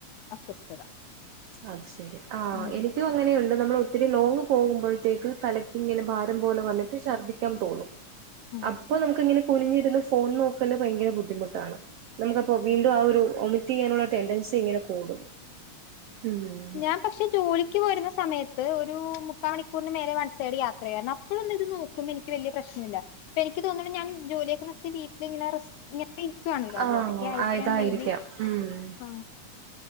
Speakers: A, on the left; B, on the right.
A: അസ്വസ്ഥത.
B: അ ശെരി ആ
A: ഉം
B: എനിക്കും അങ്ങനെയുള്ള് നമ്മൾ ഒത്തിരി ലോങ്ങ് പോകുമ്പഴത്തേക്കും തലയ്ക്ക് ഇങ്ങനെ ഭാരം പോലെ വന്നിട്ട് ശർദ്ദിക്കാൻ തോന്നും.
A: ഉം
B: അപ്പോ നമുക്ക് ഇങ്ങനെ കുനിഞ്ഞിരുന്ന് ഫോൺ നോക്കല് ഭയങ്കര ബുദ്ധിമുട്ടാണ്, നമുക്കപ്പോ വീണ്ടും ആ ഒരു വ് വോമിറ്റ് ചെയ്യാനുള്ള ടെൻഡൻസി ഇങ്ങനെ കൂടും. ഉം
A: ഞാൻ പക്ഷേ ജോലിക്ക് വരുന്ന സമയത് ത്ത് ഒരു മുക്കാ മണിക്കൂറിന് മേലെ വൺ സൈഡ് യാത്ര ചെയ്യാരുന്നു അപ്പോഴൊന്ന് ഇത് നോക്കുമ്പ എനിക്ക് വലിയ പ്രശ്നില്ല. ഇപ്പ എനിക്ക് തോന്നണു ഞാൻ ജോലിയൊക്കെ നിർത്തി വീട്ട് വിന്നറസ് ഞാ പ്പ ഇരിക്കാണല്ലോ അതുകൊണ്ടൊക്കെ
B: ആഹ്
A: ആയിരിക്കാം
B: ആഹ് ഇതായിരിക്കാം
A: മേ ബി
B: ഉം
A: ആ